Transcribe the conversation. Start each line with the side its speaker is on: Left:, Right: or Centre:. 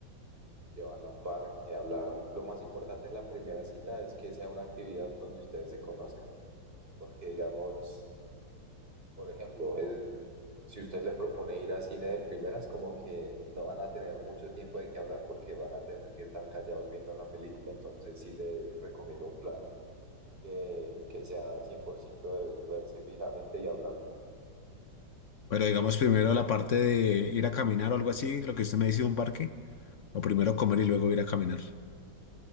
Right: llevarla a un parque, hablar. Lo más importante en la primera cita es que sea una actividad donde ustedes se conozcan, porque digamos, por ejemplo, es- si usted le propone ir a cine de primeras, como que no van a tener mucho tiempo de qué hablar porque van a tener que estar callados viendo la película. Entonces sí le recomiendo un plan que, que sea 100% de verse fijamente y hablar.
Left: Pero digamos primero la parte de ir a caminar o algo así, lo que usted me dice de un parque, o primero comer y luego ir a caminar.